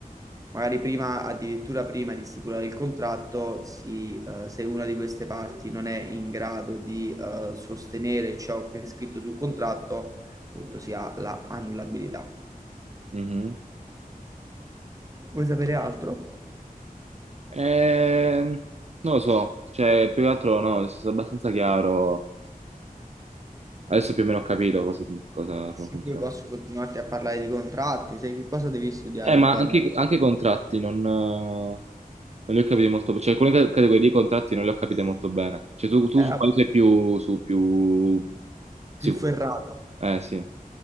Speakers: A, on the right; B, on the right.
A: magari prima, addirittura prima di stipulare il contratto, si, eh, se una di queste parti non è in grado di eh, sostenere ciò che è scritto sul contratto, appunto si ha la annullabilità.
B: mhm.
A: Vuoi sapere altro?
B: Eh, non lo so, cioè più che altro no, è stato abbastanza chiaro. Adesso più o meno ho capito cosa, cosa-
A: Se
B: come funziona.
A: poi posso continuarti a parlare di contratti, sai che cosa devi studiare
B: Eh, ma
A: ancora?
B: anche, i- anche i contratti non, eh, non li ho capiti molto bene. Cioè, alcune ca- categorie di contratti non le ho capite molto bene. Cioè, tu, tu su
A: Era
B: quale sei più, su più sicuro?
A: più ferrato.
B: Eh, sì.